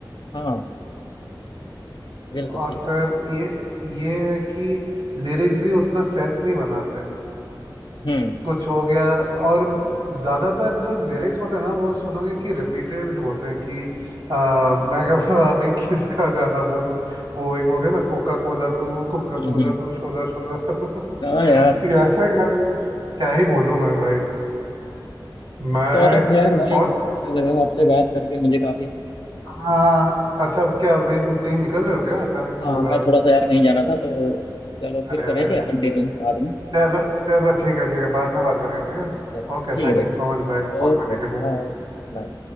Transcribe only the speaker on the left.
हाँ बिल्कुल
सही कहा
हम्म
हम्म
हम्म,
हाँ यार
चलो खैर भाई
अच्छा लगा आपसे बात करके मुझे काफी
हाँ
मैं
थोड़ा सा यार कहीं जाना था तो चलो फिर
करेंगे
कंटिन्यू बाद में
चलो
ठीक
है भाई
ठीक है
ओके
बाय
बाय